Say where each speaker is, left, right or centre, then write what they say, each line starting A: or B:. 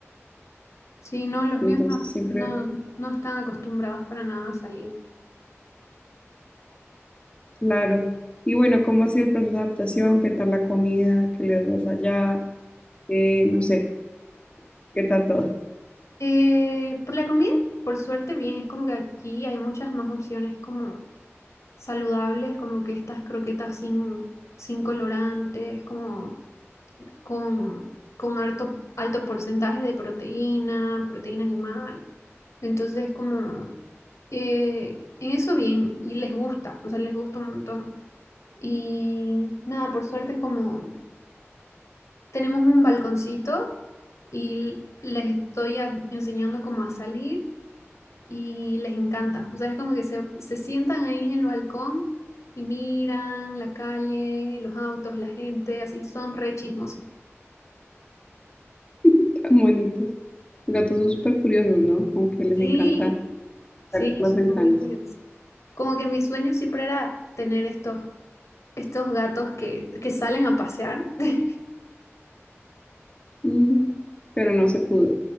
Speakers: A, on the left; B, on the left.
A: Sí, no, los
B: Entonces
A: míos no,
B: siempre...
A: no, no están acostumbrados para nada a salir.
B: Claro. Y bueno, ¿cómo ha sido el proceso de adaptación? ¿Qué tal la comida? ¿Qué les das allá? Eh, no sé, ¿qué tal todo?
A: Eh, por la comida, por suerte bien, es como que aquí hay muchas más opciones como saludables, como que estas croquetas sin, sin colorantes, como... con, con alto, alto porcentaje de proteína, proteína animal. Entonces es como, eh, en eso bien, y les gusta, o sea, les gusta un montón. Y nada, por suerte como tenemos un balconcito y les estoy a- enseñando cómo a salir y les encanta. O sea, es como que se, se sientan ahí en el balcón y miran la calle, los autos, la gente, así son re chismosos.
B: <laughs> Tan bonitos. Los gatos son súper curiosos, ¿no? Como que les
A: Sí,
B: encanta
A: Sí,
B: ver por las ventanas.
A: son muy curiosos. Como que mi sueño siempre era tener estos, estos gatos que, que salen a pasear. <laughs>
B: Mm, pero no se pudo.